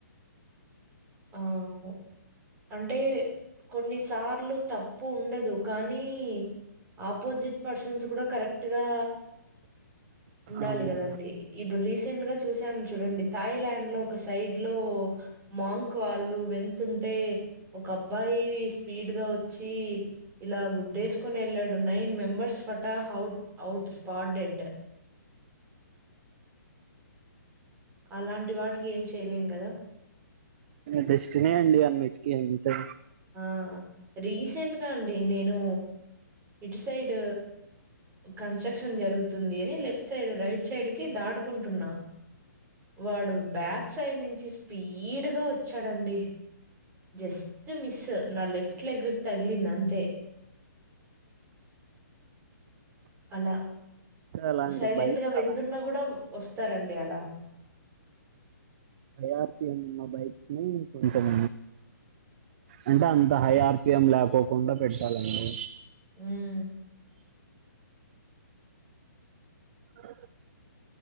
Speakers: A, on the right; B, on the right.
A: అవ్ అంటే కొన్నిసార్లు తప్పు ఉండదు కానీ ఆపోజిట్ పర్సన్స్ కూడా కర క్ట్ గా ఉండాలి
B: అవును
A: కదండి ఇప్పుడు రీసెంట్ గా చూసాము చూడండి థాయిలాయాండ్ లో ఒక సైడ్ లో మాంగ్ క్ వాళ్ళు వెళ్తుంటే ఒక అబ్బాయి స్పీడ్ గా వచ్చి ఇలా గుద్దేసుకొని ఎళ్ళాడు నైన్ మెంబర్స్ ఫటా హౌట్ అవుట్ స్పాట్ డెడ్ అలాంటి వాటికి ఏం చెయ్యలేం కదా
B: డెస్టినీ అండి అన్నిటికీ అంతే
A: ఆ రీసెంట్ గా అండి నేను ఇటు సైడ్ కన్స్టక్షన్ జరుగుతుంది అని లెఫ్ట్ సైడు రైట్ సైడ్ కి దాటుకుంటున్నా వాడు బ్యాక్ సైడ్ నుంచి స్పీడ్ గా వచ్చాడండి జస్ట్ మిస్ నా లెఫ్ట్ లెగ్ కు తగలిందంతే అలా
B: అలాంటి
A: సైలెంట్గా
B: బైక్స్
A: వెళ్తున్నా
B: అలా
A: కూడా వస్తారండి అలా
B: హై ఆర్ పి యం మ బైక్స్ ని కొంచెం అంటే అంత హై ఆర్ పి యం లేకోకుండా పెట్టాలండి
A: ఉమ్
B: అ